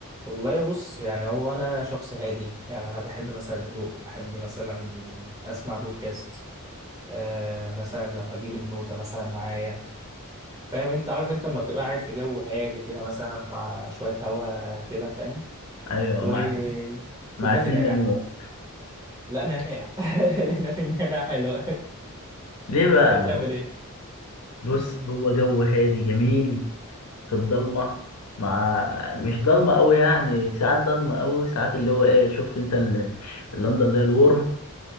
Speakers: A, on the right; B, on the left.
A: والله بص يعني هو انا شخص هادي يعني انا بحب مثلا الهدوء بحب مثلا اسمع بودكاست آه مثلا لو هجيب النوتة مثلا معايا فاهم انت عارف انت لما تبقى قاعد في جو هادي كده مثلا مع شوية هوا كده فاهم
B: ايوه
A: وكوباية
B: مع مع اتنين
A: النعناع
B: ليمون
A: بقى. لا نعناع <laughs> لأن في النعناع حلو <laughs>
B: ليه بقى
A: انت بتعمل ايه؟
B: بص
A: م- م.
B: هو جو هادي جميل في الضلمه مع مش ضلمه قوي يعني ساعات ضلمه قوي ساعات اللي هو ايه شفت انت ال- اللندن اللي هي الورم